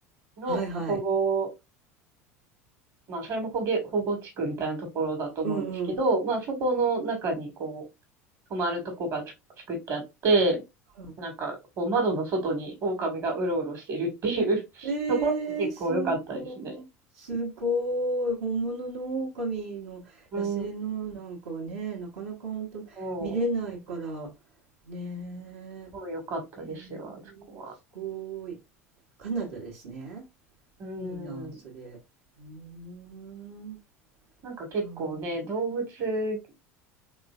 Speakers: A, on the right (about 40°); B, on the right (about 65°).
A: の保護、
B: はいはい。
A: まあそれも保護、保護地区みたいなところだと思うんですけど、
B: うんうん。
A: まあそこの中にこう、泊まるとこがつ作ってあって、
B: う
A: なんか、こう窓の外に狼がうろうろしてるっていう <laughs>
B: ん、ええ、
A: ところも結構良かったですね。
B: すごい。すごい。本物の狼の野生のなんかはね、
A: うん、
B: なかなかほんと見れないから、
A: も
B: ね
A: う、すごい良かったですよ、
B: え。ええ、
A: あそこは。
B: すごい。カナダですね。
A: うん。
B: いいな、それ。うーん。
A: なんか結構ね、
B: ああ、
A: 動物、